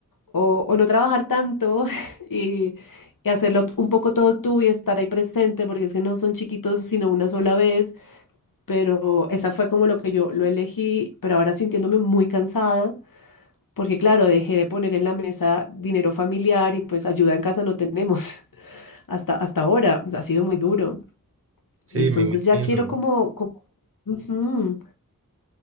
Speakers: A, on the left (about 85°); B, on the right (about 45°).
A: o, o no trabajar tanto <laughs> y, y hacerlo un poco todo tú y estar ahí presente, porque es que no son chiquitos sino una sola vez, pero esa fue como lo que yo lo elegí, pero ahora sintiéndome muy cansada porque claro, dejé de poner en la mesa dinero familiar y pues ayuda en casa no tenemos <laughs> hasta, hasta ahora, ha sido muy duro.
B: Sí,
A: Entonces
B: me imagino.
A: ya quiero como, como ujú,